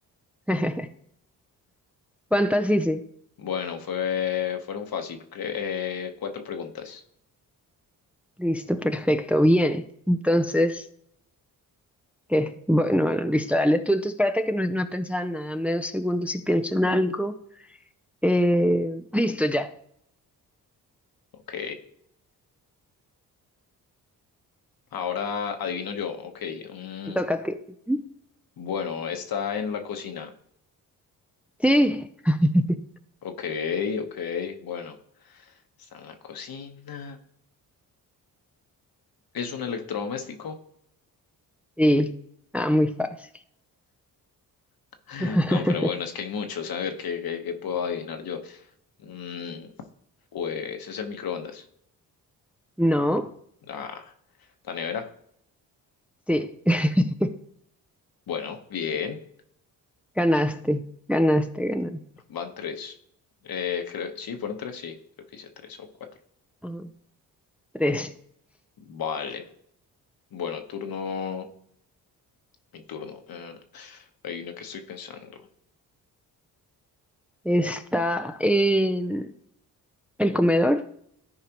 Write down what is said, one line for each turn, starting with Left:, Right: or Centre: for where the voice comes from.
Centre: <laughs> ¿Cuántas hice?
Left: bueno, fue, fueron fácil, cre- eh, cuatro preguntas.
Centre: Listo, perfecto, bien. Entonces, ¿qué? Bueno, bueno, listo, dale tú. Entonces, espérate que no, no pensaba en nada. Medio segundo si pienso en algo. Eh, listo, ya.
Left: Ok, ahora adivino yo. Ok, mm,
Centre: Te toca a ti. Ujú.
Left: bueno, está en la cocina.
Centre: Sí, <laughs>
Left: Ok, ok, bueno, está en la cocina. ¿Es un electrodoméstico?
Centre: sí. Ah, muy fácil.
Left: <laughs>
Centre: <laughs>
Left: No, pero bueno, es que hay muchos. A ver, ¿qué, qué- qué puedo adivinar yo? Mm, pues es el microondas.
Centre: No,
Left: Ah, la nevera.
Centre: sí. <laughs>
Left: Bueno, bien.
Centre: Ganaste, ganaste, ganaste.
Left: Van tres. Eh, creo, sí, fueron tres, sí. Creo que hice tres o cuatro.
Centre: Ah, tres.
Left: Vale. Bueno, turno. Mi turno. Eh, hay uno que estoy pensando.
Centre: Está en el comedor.